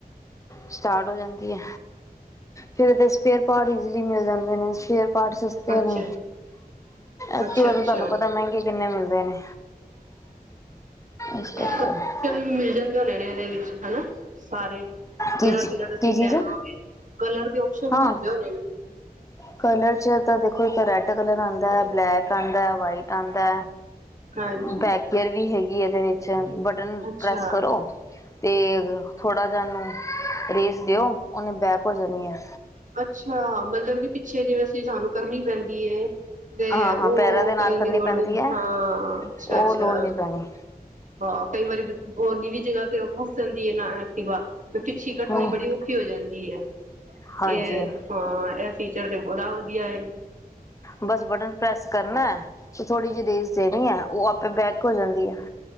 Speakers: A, on the left; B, on the right.
A: ਸਟਾਰਟ ਹੋ ਜਾਂਦਾ ਫਿਰ ਇਦੇ ਪਰ ਪਾਟ ਇਜ਼ੀਲੀ ਮਿਲ ਜਾਂਦੇ ਨੇ ਫੇਰ ਪਾਰਟ ਸਸਤੇ
B: ਅੱਛਾ
A: ਨੇ। ਐਕਟੀਵਾ
B: ਅੱਛਾ
A: ਦੇ
B: ਅੱਛਾ
A: ਤੁਹਾਨੂੰ ਪਤਾ ਮਹਿੰਗੇ ਕਿੰਨੇ ਮਿਲਦੇ ਨੇ। ਇਸ ਕਰਕੇ
B: ਹਾਂ ਮਿਲ ਜਾਂਦੇ ਹੋਣੇ ਨੇ ਇਹਦੇ ਵਿੱਚ। ਹੈਲੋ ਸਾਰੇ।
A: ਕੀ
B: ਜਿਹੜਾ
A: ਚੀ
B: ਕਲਰ ਅਸੀਂ
A: ਕੀ ਚੀਜ਼
B: ਲੈਣਾ ਹੋਵੇ ਕਲਰ ਦੇ ਔਪਸ਼ਨ
A: ਹਾਂ
B: ਵੀ ਹੁੰਦੇ ਹੁਣੇ ਨ।
A: ਕਲਰ ਚ ਤਾਂ ਦੇਖੋ ਇੱਕ ਰੈਡ ਕਲਰ ਆਂਦਾ, ਬਲੈਕ ਆਂਦਾ, ਵਾਈਟ ਆਂਦਾ।
B: ਹਾਂਜੀ
A: ਬੈਕ ਗੇਅਰ ਵੀ ਹੈਗੀ। ਕੀ ਇਹਦੇ ਵਿੱਚ। ਬਟਨ
B: ਅੱਛਾ
A: ਪ੍ਰੈੱਸ ਕਰੋ ਤੇ ਥੋੜ੍ਹਾ ਜਿਹਾ ਔਨੂੰ ਰੇਸ ਦਿਓ ਔਨੇ ਬੈਕ ਹੋ ਜਾਣੀ ਹੈ।
B: ਅੱਛਾ ਮਤਲਬ ਕਿ ਪਿੱਛੇ ਜਿਵੇਂ ਅਸੀਂ ਸਾਨੂੰ ਕਰਨੀ ਪੈਂਦੀ ਏ। ਤੇ
A: ਹਾਂ
B: ਔ
A: ਹਾਂ ਪੈਰਾਂ
B: ਔ
A: ਦੇ ਨਾਲ
B: ਕਰਨ
A: ਕਰਨੀ
B: ਦੀ ਲੋਡ
A: ਪੈਂਦੀ
B: ਨਹੀ,
A: ਹੈ
B: ਹਾਂ ਅੱਛਾ-ਅੱਛਾ।
A: ਉਹ ਲੋੜ ਨਹੀਂ ਪੈਣੀ
B: ਹਾਂ, ਕਈ ਵਾਰੀ ਹੋਰ ਨੀਵੀਂ ਜਗ੍ਹਾ ਤੇ ਰੱਖੋ <unintelligible> ਏ ਨਾ ਕਿ <unintelligible> ਕੱਢਨੀ
A: ਹਮ
B: ਬੜੀ ਔਖੀ ਹੋ ਜਾਂਦੀ ਏ,
A: ਹਾਂਜੀ
B: ਇਹ ਹਾਂ ਇਹ ਫੀਚਰ ਤੇ ਬੜਾ ਵਧੀਆ ਏ।
A: ਬਸ ਬਟਨ ਪ੍ਰੈਸ ਕਰਨਾ, ਤੇ ਥੋੜ੍ਹੀ ਜਈ ਰੇਸ ਦੇਣੀ ਏ, ਔ ਆਪੇ ਬੈਕ ਹੋ ਜਾਂਦੀ ਹੈ।